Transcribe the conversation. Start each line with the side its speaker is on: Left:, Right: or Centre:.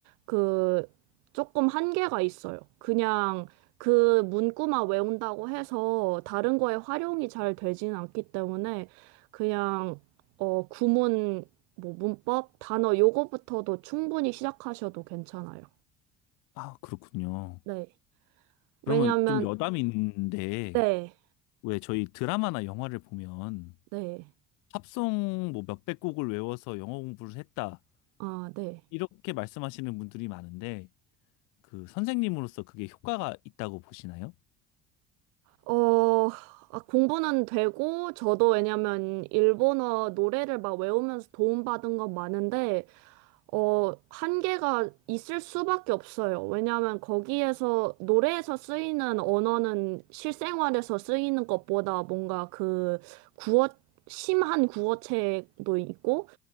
Right: 그 조금 한계가 있어요. 그냥 그 문구만 외운다고 해서 다른 거에 활용이 잘 되지는 않기 때문에 그냥 어, 구문, 뭐 문법, 단어 요거부터도 충분히 시작하셔도 괜찮아요.
Left: 아, 그렇군요.
Right: 네. 왜냐하면,
Left: 그러면 좀 여담이 있는데,
Right: 네,
Left: 왜 저희 드라마나 영화를 보면
Right: 네,
Left: 팝송 뭐 몇백 곡을 외워서 영어 공부를 했다.
Right: 아, 네.
Left: 이렇게 말씀하시는 분들이 많은데, 그 선생님으로서 그게 효과가 있다고 보시나요?
Right: 어, 아, 공부는 되고, 저도 왜냐면, 일본어 노래를 막 외우면서 도움받은 건 많은데, 어, 한계가 있을 수밖에 없어요. 왜냐면 거기에서, 노래에서 쓰이는 언어는 실생활에서 쓰이는 것보다 뭔가 그, 구어, 심한 구어체도 있고,